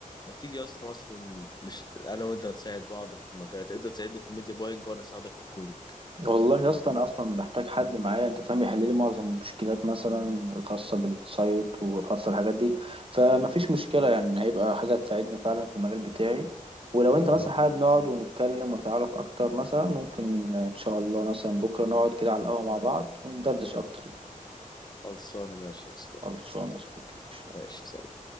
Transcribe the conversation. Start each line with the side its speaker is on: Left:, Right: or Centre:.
Left: ما تيجي يا اسطى مثلا نش... انا وانت نساعد بعض في المجالات انت تساعدني في الميديا باينج وانا اساعدك في الكودينج
Right: والله يا اسطى انا اصلا بحتاج حد معايا انت فاهم يحل لي معظم المشكلات مثلا الخاصه بالسايت وخاصه الحاجات دي فمفيش مشكله يعني هيبقى حاجه تساعدني فعلا في المجال بتاعي ولو انت
Left: خلاص
Right: مثلا حابب نقعد ونتكلم ونتعرف اكتر مثلا ممكن ان شاء الله مثلا بكره نقعد كده على القهوه مع بعض وندردش اكتر يعني
Left: خلصانه ماشي يا اسلام
Right: خلصانه يا صديقي ماشي
Left: ماشي سلام